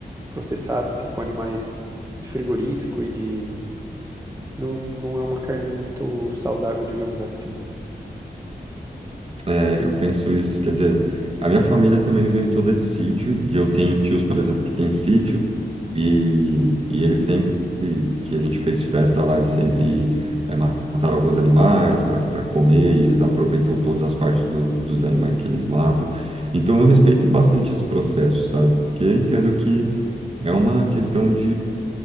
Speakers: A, on the right (about 15°); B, on the right (about 35°).
A: processada, assim, com animais de frigorífico e de... Não, não é uma carne muito saudável, digamos assim.
B: É, eu penso isso, quer dizer, a minha família também veio toda de sítio, e eu tenho tios, por exemplo, que tem sítio, e, e eles sempre, que a gente fez festa lá, eles sempre é, mataram alguns animais para comer, e eles aproveitam todas as partes do- dos animais que eles matam. Então eu respeito bastante esse processo, sabe? Porque eu entendo que é uma questão